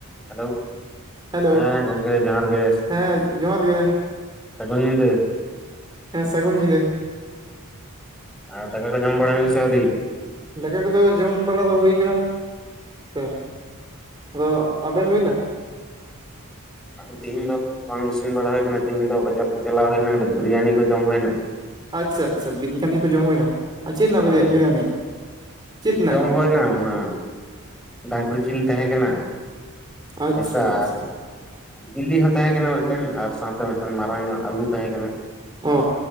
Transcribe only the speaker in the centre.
hello
ᱦᱮᱸ ᱜᱚᱝᱠᱮ ᱡᱚᱦᱟᱨ ᱜᱮ
ᱥᱟᱹᱜᱩᱱ ᱧᱤᱫᱟᱹ᱾
ᱟᱨ ᱫᱟᱠᱟ ᱠᱚ ᱡᱚᱢ ᱵᱟᱲᱟ ᱦᱩᱭᱱᱟ ᱥᱮ ᱟᱣᱨᱤ?
ᱛᱤᱦᱤᱧ ᱫᱚ ᱵᱟᱝ ᱤᱥᱤᱱ ᱵᱟᱲᱟ ᱦᱩᱭ ᱠᱟᱱᱟ ᱛᱮᱦᱤᱧ ᱫᱚ ᱵᱟᱡᱟᱨ ᱥᱮᱜ ᱪᱟᱞᱟᱣ ᱦᱩᱭᱱᱟ, ᱠᱟᱴᱤᱡ ᱵᱤᱨᱭᱟᱱᱤ ᱠᱚ ᱡᱚᱢ ᱦᱩᱭᱱᱟ᱾
ᱦᱳᱭ
ᱡᱚᱢ ᱦᱩᱭᱱᱟ ᱚᱱᱟ ᱰᱟᱝᱨᱤ ᱡᱤᱞ ᱛᱟᱦᱮᱸ ᱠᱟᱱᱟ
ᱢᱮᱥᱟ
ᱟᱨ ᱵᱤᱞᱤ ᱦᱚᱸ ᱛᱟᱦᱮᱸ ᱠᱟᱱᱟ ᱢᱤᱫᱴᱮᱱ ᱟᱨ ᱥᱟᱶᱛᱮ ᱢᱤᱫᱴᱮᱱ ᱢᱟᱨᱟᱝ ᱧᱚᱜ ᱟᱞᱩ ᱛᱟᱦᱮᱸ ᱠᱟᱱᱟ᱾